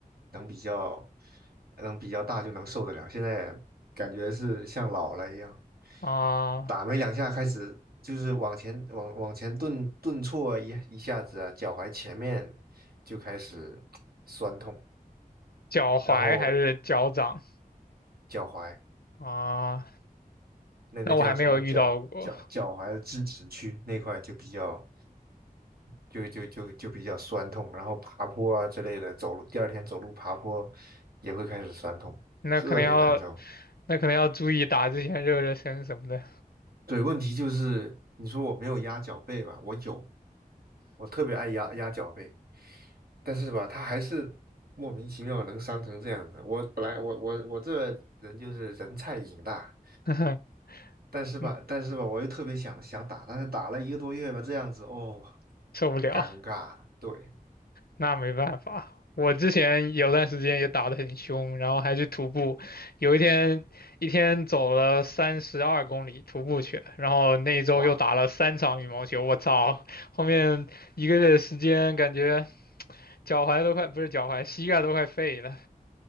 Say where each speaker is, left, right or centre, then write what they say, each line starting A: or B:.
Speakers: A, on the right (about 80°); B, on the left (about 80°).
A: 能比较能比较大，就能受得了。现在感觉是像老了一样，
B: 啊，
A: 打没两下开始就是往前往往前顿顿挫一一下子啊，脚踝前面就开始酸痛，
B: 脚踝还是脚掌
A: 然后脚踝。
B: 啊？
A: 那个叫什么脚脚脚踝的支持区那块就比较
B: 那我还没有遇到过，
A: 就就就就比较酸痛，然后爬坡啊之类的，走路第二天走路爬坡也会开始酸痛，
B: 那可能要
A: 特别难受。
B: 那可能要注意打之前热热身什么的，
A: 对，问题就是你说我没有压脚背吧，我有，我特别爱压压脚背，但是吧，它还是莫名其妙能伤成这样子。我本来我我我这人就是人菜瘾大，
B: <laughs>
A: 但是吧，
B: 嗯，
A: 但是吧，我又特别想想打，但是打了一个多月吧，这样子哦，
B: 受不了。
A: 尴尬，对，
B: 那没办法，我之前有段时间也打得很凶，然后还去徒步，有一天一天走了三十二公里徒步去了，然后那一周又打了三场羽毛球，
A: 哇
B: 我操，后面一个月的时间感觉脚踝都快，不是脚踝，膝盖都快废了，